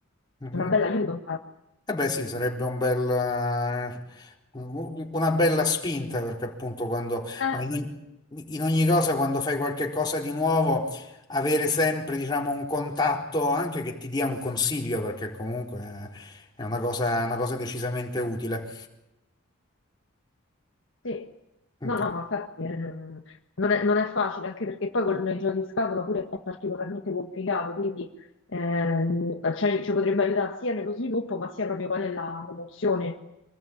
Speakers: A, on the left; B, on the left.
A: Mhm.
B: una bella aiuto.
A: Eh beh sì, sarebbe un bel, eh, u- una bella spinta perché appunto quando,
B: Eh,
A: ma in ogni, in ogni cosa quando fai qualche cosa di nuovo, avere sempre diciamo un contatto anche che ti dia un consiglio perché comunque eh, è una cosa, una cosa decisamente utile.
B: Sì.
A: Mm.
B: No, no, ma infatti eh, non è, non è facile, anche perché poi con i giochi in scatola pure è particolarmente complicato, quindi ehm, cioè, ci potrebbe aiutare sia nello sviluppo, ma sia proprio poi nella promozione